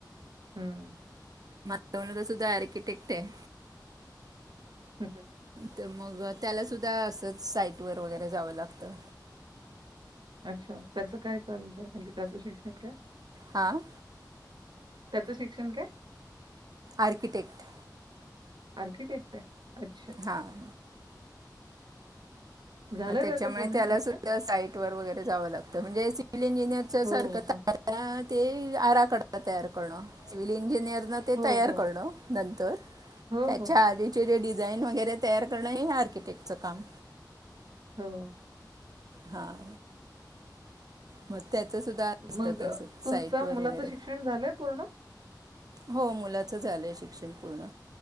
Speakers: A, on the right; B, on the right.
A: हम्म.
B: माझा मुलगा सुद्धा आर्किटेक्ट आहे.
A: हम हम.
B: तर मग त्याला सुद्धा असंच साईटवर वगैरे जावं लागतं.
A: अच्छा त्याचं काय चालत म्हणजे त्याचं शिक्षण काय?
B: हां?
A: त्याचं शिक्षण काय?
B: आर्कीटेक्ट.
A: आर्किटेक्ट आहे. "अच्छा.
B: हां.
A: झालंय
B: मग त्याच्यामुळे
A: त्याचं पूर्ण
B: त्याला
A: शिक्षण?"
B: सुद्धा साईट वर वगैरे जावं लागतं म्हणजे सिव्हल इंजिनियरच्या
A: "हो,
B: सारखं
A: हो.
B: ते आराखडता तयार करणं सिव्हल इंजिनिअर पण ते
A: हो,
B: तयार
A: हो."
B: करणं नंतर
A: हो,
B: त्याच्या
A: हो.
B: आधीचे जे डिझाईन वगैरे तयार करणं हे आर्किटेक्टचं काम.
A: हो.
B: हां. म त्याच सुद्धा असतात
A: मग अ,
B: अस
A: तुमचं
B: साईटवर
A: मुलाचं
B: वगैरे
A: शिक्षण झालंय पूर्ण?
B: हो मुला चं झालंय शिक्षण पूर्ण.